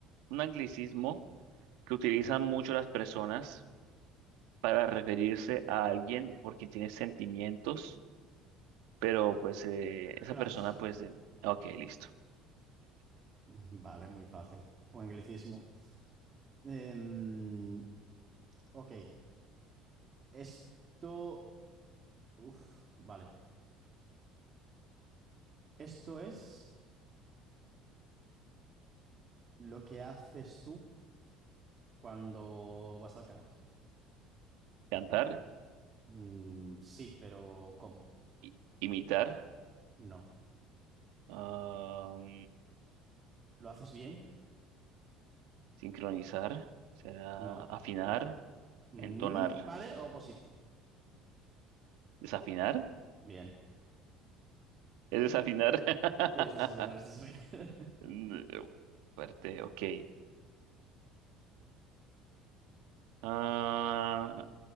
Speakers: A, on the right; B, on the right.
A: un anglicismo que utilizan
B: Ok.
A: mucho las personas para referirse a alguien por quien tiene sentimientos, pero pues eh, esa
B: Crash.
A: persona pues... de- Ok, listo.
B: <laughs> Vale, muy fácil. Un anglicismo. Em, ok. Esto. Uf, vale. Esto es lo que haces tú cuando vas al karaoke.
A: Cantar,
B: Mm, sí, pero ¿cómo?
A: i- imitar,
B: No.
A: am,
B: ¿Lo haces bien?
A: sincronizar, será
B: No.
A: afinar,
B: Lo- Mm,
A: entonar,
B: vale, opposite.
A: desafinar,
B: Bien.
A: es desafinar. <laughs>
B: Sí, este es el final, este es el final.
A: Mm, eh, Fuerte, ok. Ah,